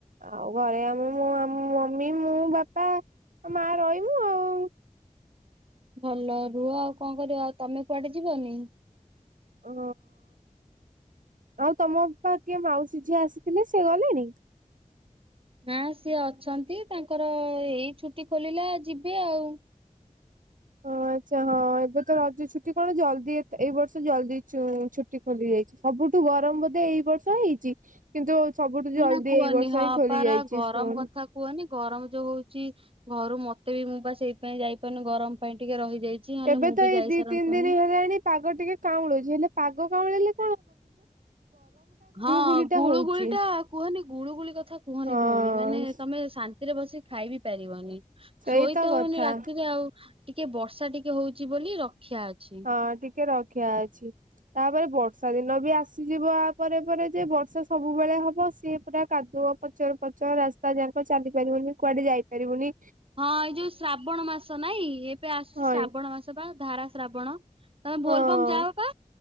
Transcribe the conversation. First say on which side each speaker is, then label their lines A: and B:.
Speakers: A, on the right; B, on the right.
A: ଆଉ ଘରେ ଆମେ ମୋ ମମି ମୁଁ ବାପା ଆଉ ମା ରହିବୁ ଆଉ
B: ଭଲ ରୁହ ଆଉ କଣ କରିବ ଆଉ ତମେ କୁଆଡେ ଯିବନି
A: ଓ ଆଉ ତମପା କିଏ ମାଉସୀ ଝିଅ ଆସିଥିଲେ ସେ ଗଲେଣି।
B: ନା ସିଏ ଅଛନ୍ତି ତାଙ୍କର ଏଇ ଛୁଟି ଖୋଲିଲା ଯିବେ ଆଉ
A: ଓ ଆଚ୍ଛା ହଁ ଏବେ ତ ରଜ ଛୁଟି କଣ ଜଲଦି ଏଇ ବର୍ଷ ଜଲଦି ଛୁ ଛୁଟି ଟୀ ଖୋଲିଯାଇଛି ସବୁଠୁ ଗରମ ବୋଧେ ଏଇ ବର୍ଷ ହେଇଛି। କିନ୍ତୁ ସବୁଠୁ
B: ନା
A: ଜଲ୍ଦି
B: ନା କୁହନି
A: ଏଇ ବର୍ଷ
B: ହଁ
A: ହିଁ ଖୋଲି
B: ପାରା
A: ଯାଇଛି
B: ଗରମ
A: ସ୍କୁଲ।
B: କଥା କୁହନି ଗରମ ଯୋଉ ହଉଛି ଘରୁ ମତେ ବି ମୁଁ ବା ସେଇପାଇ ଯାଇପାରୁନି ଗରମ ପାଇଁ ଟିକେ ରହିଯାଇଛି। ନହେଲେ
A: ଏବେ
B: ମୁଁ
A: ତ
B: ବି
A: ଏଇ
B: ଯାଇ
A: ଦି
B: ସାରନ୍ତାଣି।
A: ତିନି ଦିନ ହେଲାଣି ପାଗ ଟିକେ କାଉଁଳୁଛି ହେଲେ ପାଗ କାଉଁଳେଇଲେ
B: ହଁ
A: ଗୁଳି ଟା
B: ଗୁଳୁଗୁଳିଟା
A: ହଉଛି
B: କୁହନି ଗୁଳୁଗୁଳି କଥା। କୁହନି
A: ହଁ
B: ଭଉଣୀ ମାନେ ତମେ ଶା ରାତିରେ ବସିିକି ଖାଇ ବିି ପାରିବନି
A: ସେଇତ
B: ଶୋଇତ
A: କଥା
B: ହଉନି ରାତିରେ ଆଉ ଟିକେ ବର୍ଷା ଟିକେ ହଉଛି ବୋଲି ରକ୍ଷା ଅଛି।
A: ହଁ ଟିକେ ରକ୍ଷା ଅଛି। ତାପରେ ବର୍ଷା ଦିନ ବି ଆସିଯିବ ଆ ପରେ ପରେ ଯେ ବର୍ଷା ସବୁବେଳେ ହବ ସିଏ ପୁରା କାଦୁଅ। ପଚର ପଚର ରାସ୍ତା ଯାକ ଚାଲି ପାରିବନି କୁଆଡେ ଯାଇ ପାରିବୁନି।
B: ହଁ ଏଇ ଯୋଉ ଶ୍ରାବଣ ମାସ ନାଇଁ ଏବେ ଆସୁଛି
A: ହଁ
B: ଶ୍ରାବଣ ମାସ। ଧାରା ଶ୍ରାବଣ ତମେ
A: ହଁ।
B: ବୋଲବମ୍ ଯାଅ। ପା